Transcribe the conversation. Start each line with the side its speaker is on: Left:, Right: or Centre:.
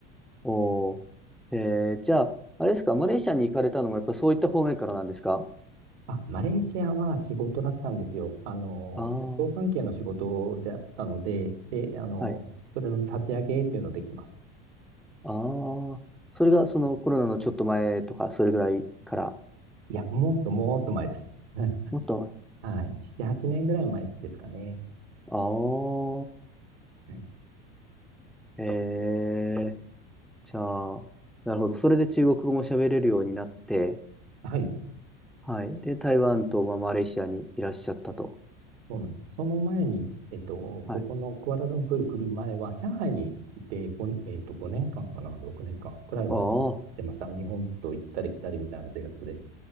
Centre: おー。えー、じゃあ、あれですか、マレーシアに行かれたのも、やっぱそういった方面からなんですか
Right: あ、マレーシアは仕事だったんですよ。あの、
Centre: ああー。
Right: 旅行関係の仕事だったので、で、あの、
Centre: はい
Right: それの立ち上げっていうのできました。
Centre: ああ、それがそのコロナのちょっと前とか、それぐらいから、
Right: いや、もっともっと前です。<laughs>
Centre: もっと前。
Right: はい。7、8年ぐらい前ですかね。
Centre: あ
Right: はい。
Centre: あ、へえ、じゃあ、なるほど。それで中国語も喋れるようになって、
Right: はい。
Centre: はい。で、台湾と、まあ、マレーシアにいらっしゃったと。
Right: そうなんですその前に、えっと、
Centre: はい。
Right: ここのクアラルンプール来る前は、上海にいて、ごねえっと、5年間かんかな、6年間くらいは住んでました。
Centre: あ
Right: 日本と行ったり来たりみたいな生活で。